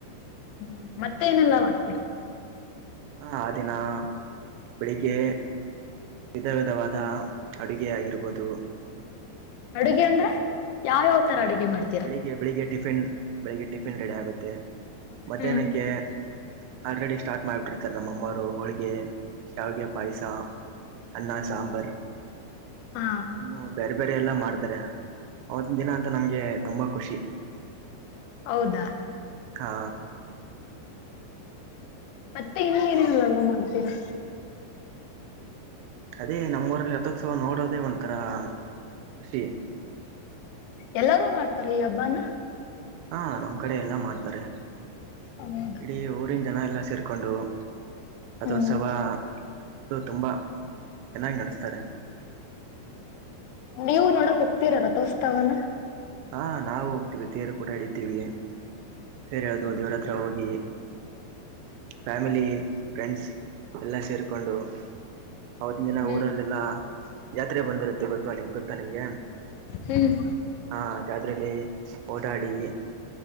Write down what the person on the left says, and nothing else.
ಹ್ಮ್ ಮತ್ತೆ ಏನೆಲ್ಲಾ ಮಾಡ್ತೀರಾ.
ಅಡುಗೆ ಅಂದ್ರೆ ಯಾವ ಯಾವ ತರ ಅಡುಗೆ ಮಾಡ್ತ
ಹ್ಮ್
ಹಾ
ಹೌದಾ.
ಮತ್ತೆ ಇನ್ನು ಏನೇನೆಲ್ಲ ಮಾಡ್ತೀರಾ.
ಎಲ್ಲಾರೂ ಮಾಡ್ತಾರೆ ಈ ಹಬ್ಬನಾ.
<inaudible>
ಹ್ಮ್
ನೀವು ನೋಡಕ್ ಹೋಗ್ತೀರಾ ರಾಥೋತ್ಸವನಾ.
ಹ್ಮ್
ಹ್ಮ್.